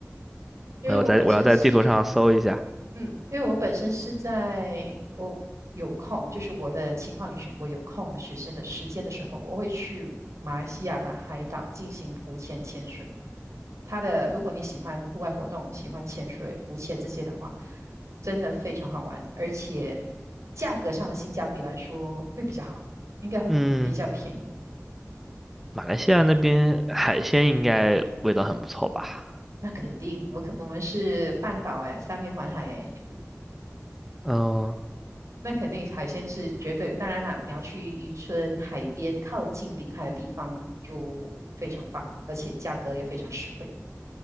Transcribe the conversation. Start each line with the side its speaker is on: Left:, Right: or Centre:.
Centre: <laughs>
Right: 因为我本身是
Centre: 我在我要在地图上搜一下。
Right: 嗯，因为我本身是在我有空，就是我的情况允许，我有空的学生的时间的时候，我会去马来西亚的海岛进行浮潜潜水。它的，如果你喜欢户外活动，喜欢潜水、浮潜这些的话，真的非常好玩，而且价格上的性价比来说会比较好，应该会比较便宜。
Centre: 嗯，马来西亚那边海鲜应该味道很不错吧？
Right: 那肯定，我可我们是半岛哎，三面环海哎，
Centre: 哦
Right: 那肯定海鲜是绝对，当然啦，你要去渔村、海边、靠近临海的地方就非常棒，而且价格也非常实惠。